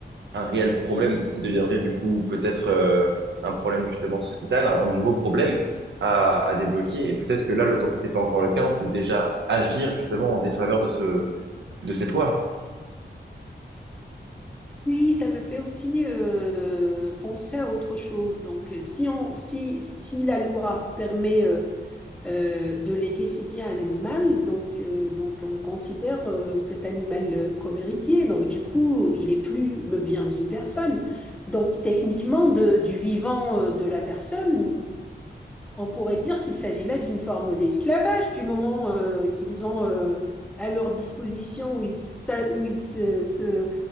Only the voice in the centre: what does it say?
Oui, ça me fait aussi euh, penser à autre chose. Donc, euh, si, on, si, si la loi permet euh, euh, de léguer ses biens à un animal, donc, euh, donc on considère euh, cet animal euh, comme héritier. Donc, du coup, il n'est plus le bien d'une personne. Donc, techniquement, de- du vivant euh, de la personne, on pourrait dire qu'il s'agit là d'une forme d'esclavage du moment euh, qu'ils ont euh, à leur disposition où ils, s'a- où ils se, se,